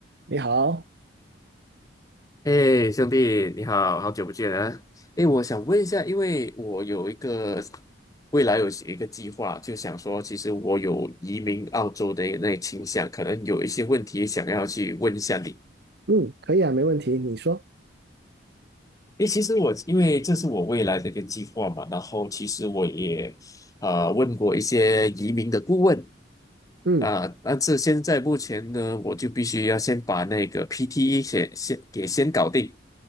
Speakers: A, on the right; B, on the left.
A: 你好，
B: 哎，兄弟，你好，好久不见啊！哎，我想问一下，因为我有一个未来有一个计划，就想说，其实我有移民澳洲的那倾向，可能有一些问题想要去问一下你。
A: 嗯，可以啊，没问题。你说，
B: 哎，其实我因为这是我未来的一个计划嘛，然后其实我也呃问过一些移民的顾问
A: 嗯，
B: 啊，但是现在目前呢，我就必须要先把那个 PTE 先先给先搞定。